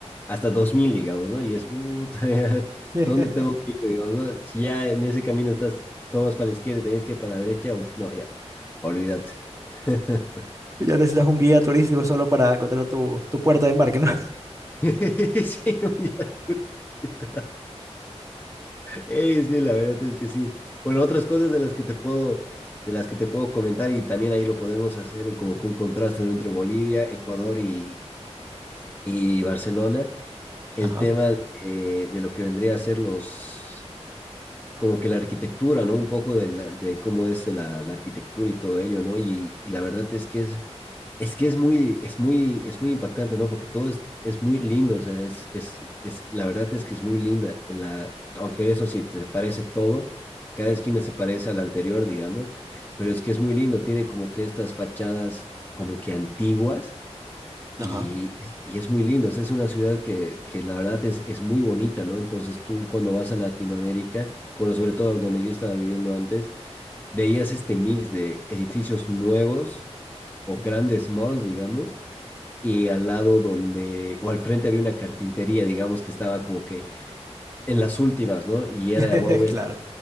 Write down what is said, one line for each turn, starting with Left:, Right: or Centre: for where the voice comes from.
Left: hasta dos mil digamos, ¿no? Y es, uh, <laughs>
Right: <laughs>
Left: ¿dónde tengo que ir, digamos, ¿no? Si ya en ese camino estás, tomas para la izquierda y tenés que ir para la derecha, uf, no, ya, olvídate. <laughs>
Right: Ya necesitas un guía turístico solo para encontrar tu, tu puerta de embarque, ¿no?
Left: Sí, muy lógico. Eh, sí, la verdad es que sí. Bueno, otras cosas de las que te puedo, de las que te puedo comentar y también ahí lo podemos hacer un- como que un contraste ¿no? entre Bolivia, Ecuador y y Barcelona, el
Right: Ajá,
Left: tema de, de lo que vendría a ser los, como que la arquitectura, ¿no? Un poco de, la- de cómo es la, la arquitectura y todo ello, ¿no? Y, y la verdad es que es, es que es muy, es muy, es muy impactante, ¿no? Porque todo es, es muy lindo, o sea, es, es, es, la verdad es que es muy linda, la, aunque eso sí, te parece todo, cada esquina se parece a la anterior, digamos, pero es que es muy lindo, tiene como que estas fachadas como que antiguas y,
Right: ajá.
Left: y es muy lindo, o sea, es una ciudad que, que la verdad es, es muy bonita, ¿no? Entonces tú cuando vas a Latinoamérica, bueno, sobre todo donde yo estaba viviendo antes, veías este mix de edificios nuevos o grandes malls, digamos, y al lado donde, o al frente había una carpintería, digamos, que estaba como que en las últimas, ¿no? Y era,
Right: <laughs>
Left: wow, es
Right: Claro.